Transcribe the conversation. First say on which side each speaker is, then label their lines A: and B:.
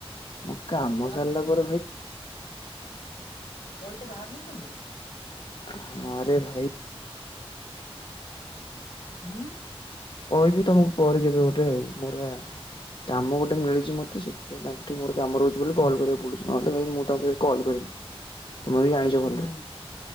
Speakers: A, on the left; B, on the left.
A: ମୋ କାମ
B: ତମଠୁ ଧାର
A: ସାରିଲା
B: ନେଇଛନ୍ତି
A: ପରେ ଭାଇ
B: ପଇସା ଧାର ନେଇଛନ୍ତି?
A: ହଁରେ ଭାଇ।
B: ଉଁ।
A: କହିବି ତମକୁ ପରେ କେବେ ଗୋଟେ ପୁରା କାମ ଗୋଟେ ମିଳିଛି ମୋତେ ସେଥି ତାଙ୍କଠୁ ମୋର କାମ ରହୁଛି ବୋଲି କଲ୍ କରିବାକୁ ପଡୁଛି ନହେଲେ ଭାଇ ମୁଁ ତାଙ୍କୁ କେବେ କଲ୍ କରିନି। ତମେ ବି ଜାଣିଛ
B: ହୁଁ।
A: ଭଲରେ।